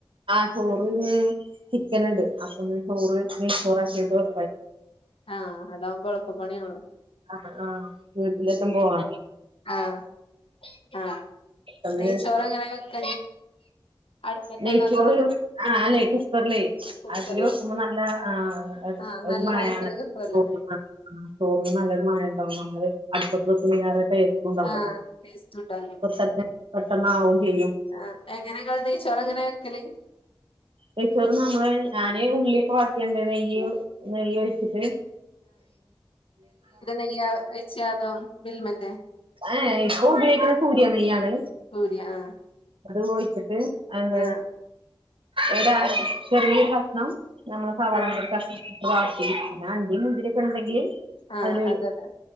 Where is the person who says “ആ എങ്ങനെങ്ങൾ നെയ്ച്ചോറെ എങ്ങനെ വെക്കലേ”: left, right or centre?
Left